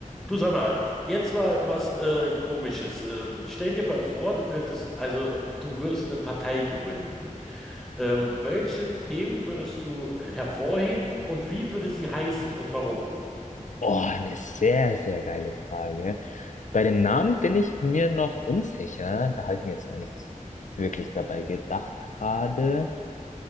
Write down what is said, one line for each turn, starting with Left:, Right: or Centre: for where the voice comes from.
Centre: Du sag mal, jetzt mal was äh, Komisches. Ähm, stell dir mal vor, du könntest, also du würdest eine Partei gründen. Ähm, welche Themen würdest du hervorheben und wie würde sie heißen und warum?
Left: Oh, eine sehr, sehr geile Frage. Bei dem Namen bin ich mir noch unsicher. Da habe ich mir jetzt noch nichts wirklich dabei gedacht gerade.